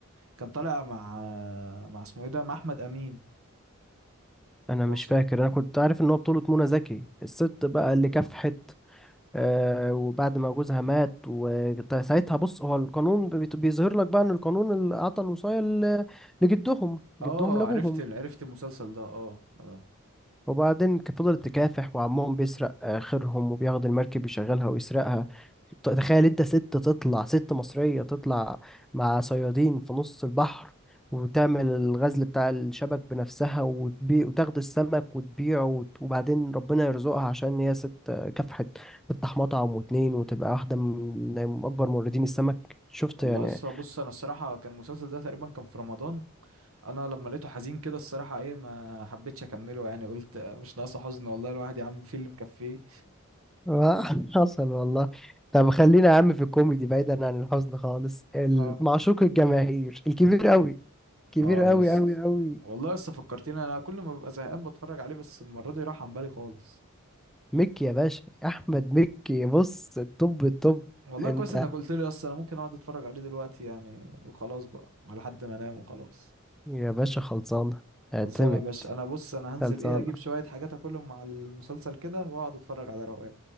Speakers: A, on the right (about 75°); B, in the centre.
A: كان طالع مع مع اسمه ايه ده مع أحمد أمين
B: انا
A: الوص...
B: مش فاكر انا كنت عارف ان هو بطولة منى زكي الست بقى اللي كافحت آه وبعد ما جوزها مات وساعتها بص هو القانون بيت- بيظهر لك بقى ان القانون اللي اعطى الوصاية ل- لجدهم
A: اه
B: جدهم لابوهم
A: عرفت ال- عرفت المسلسل ده اه اه
B: وبعدين ك- فضلت تكافح وعمهم بيسرق آخرهم وبياخد المركب يشغلها ويسرقها ت- تخيل انت ست تطلع ست مصرية تطلع مع صيادين في نص البحر وتعمل الغزل بتاع الشبك بنفسها وتبيع وتاخد السمك وتبيعه وت- وبعدين ربنا يرزقها عشان هي ست آه، كافحت تفتح مطعم واتنين وتبقى واحدة من من أكبر موردين السمك شفت
A: والله
B: يعني
A: لسه بص انا الصراحة كان المسلسل ده تقريبا كان في رمضان انا لما لقيته حزين كده الصراحة ايه ما حبيتش اكمله يعني قلت مش ناقصة حزن والله الواحد يا عم في اللي مكفيه
B: آه، <laughs> حصل والله طب خلينا يا عم في الكوميدي بعيدا عن الحزن خالص ال-
A: اه
B: معشوق الجماهير الكبير قوي كبير
A: اه
B: قوي
A: يس
B: قوي قوي
A: والله لسه فكرتني انا كل ما ببقى زهقان بتفرج عليه بس المرة دي راح عن بالي خالص
B: مكي يا باشا احمد مكي بص الطب الطب
A: والله
B: انت
A: كويس انك قلت لي اصل انا ممكن اقعد اتفرج عليه دلوقتي يعني وخلاص بقى على حد ما انام وخلاص
B: يا باشا خلصانه اعتمد
A: خلصانه يا باشا انا بص انا هنزل
B: خلصانه
A: ايه اجيب شويه حاجات اكلهم مع المسلسل كده واقعد اتفرج على روقان